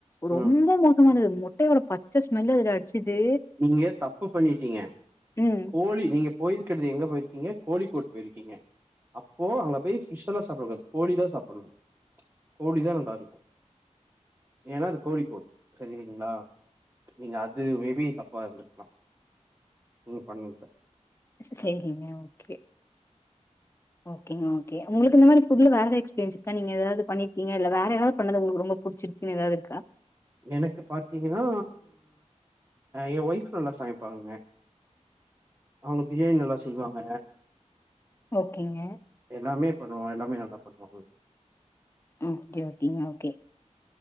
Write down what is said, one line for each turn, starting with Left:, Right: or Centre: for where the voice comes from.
Left: ரொம்ப
Right: ம்.
Left: மோசமானது முட்டயோட பச்ச ஸ்மெல் இதுல அடிச்சிது
Right: நீங்க தப்பு பண்ணிட்டீங்க
Left: ம்
Right: கோழி நீங்க போய்ருக்கறது எங்க போயிருக்கீங்க கோழிக்கோட் போயிருக்கீங்க அப்போ அங்க போய் பிஷ்ஷல்லா சாப்ட கூடாது கோழி தா சாப்பணு கோழி தா நல்லாருக்கு ஏன்னா அது கோழிக்கோட் சரிங்களா நீங்க அது மேபி க்கலா நீங்க பண்ணு சார்
Left: சேரிங்க ஓகே ஓகேங்க ஓகே உங்களுக்கு இந்த மாரி புட்ல வேற எதா எஸ்பீரியன்ஸ் இருக்கா நீ ஏதாவது பண்ணிருங்க இல்ல வேற ஏதாவது பண்ணது உங்களுக்கு ரொம்ப புடிச்சி குனு ஏதாவது இருக்கா
Right: எனக்கு பாத்தீங்கன்னா எ ஒய்ஃப் நல்லா சமப்பாங்க அவங்க பிரியாணி நல்லா செய்வாங்க
Left: ஓகேங்க
Right: எல்லாமே பண்ணுவோ எல்லாமே நல்லா பண்ணுவாங்க
Left: ஓகே ஓகேங்க ஓகே